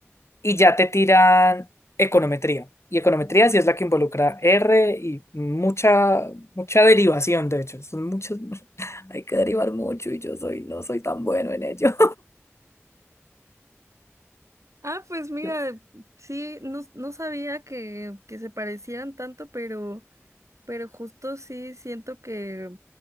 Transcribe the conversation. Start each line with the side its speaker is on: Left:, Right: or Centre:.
Left: y ya te tiran econometría. Y econometría sí es la que involucra R y mucha, mucha derivación, de hecho. Son muchos, <laughs> hay que derivar mucho y yo soy, no soy tan bueno en ello.
Right: Ah, pues mira,
Left: <laughs>
Right: sí, no, no sabía que, que se parecieran tanto, pero... Pero justo sí siento que,